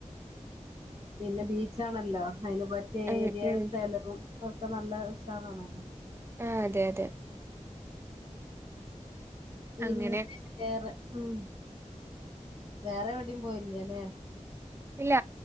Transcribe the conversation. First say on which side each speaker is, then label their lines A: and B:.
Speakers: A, on the right (about 50°); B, on the right (about 20°).
A: പിന്നെ ബ ചാണല്ലോ അതിന് പറ്റിയ
B: ഉം
A: ഏരിയ
B: ഉം
A: സ്ഥലവും ഒക്കെ നല്ല ഉഷാറണല്ലോ
B: ആ അതെ അതെ
A: പിന്നെ
B: അങ്ങനെ
A: വേറെ ഉം വേറെ എവിടെയും പോയില്ലേല്ലേ
B: ഇല്ല